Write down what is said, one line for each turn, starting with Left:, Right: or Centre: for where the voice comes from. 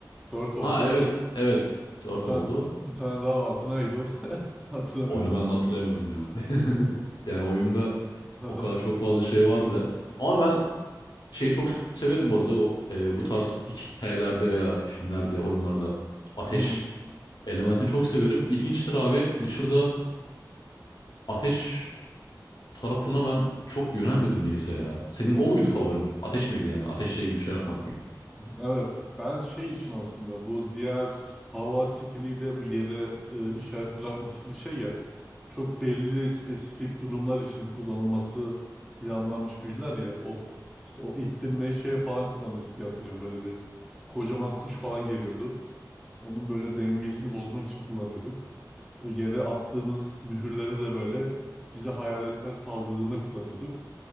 Centre: Dört oldu.
Left: Ha evet evet 4
Centre: Bir tane
Left: oldu.
Centre: bir tane daha vardı. Neydi o? <laughs> Hatırlamıyorum.
Left: Onu ben de hatırlamıyorum ya. <laughs> Yani oyunda
Centre: <laughs>
Left: O kadar çok fazla şey vardı. Ama ben şeyi çok severim bu arada. O, e, bu tarz hikayelerde veya filmlerde, oyunlarda ateş
Centre: Hmm,
Left: elementini çok severim. İlginçtir abi. Witcher'da ateş tarafına ben çok yönelmedim niyeyse ya. Senin o
Centre: hmm.
Left: muydu favorin? Ateş miydi yani? Ateşle ilgili bir şey yapmak mıydı?
Centre: Evet, ben şey için aslında bu diğer hava skiliyle bu yere e, işaret bırakma skili şey ya çok belli spesifik durumlar için kullanılması planlanmış büyüler ya o işte o ittirmeyi şeye falan kullanıyorduk diye hatırlıyorum böyle bir kocaman kuş falan geliyordu. Onun böyle dengesini bozmak için kullanıyorduk. O yere attığımız mühürleri de böyle bize hayaletler saldırdığında kullanıyorduk.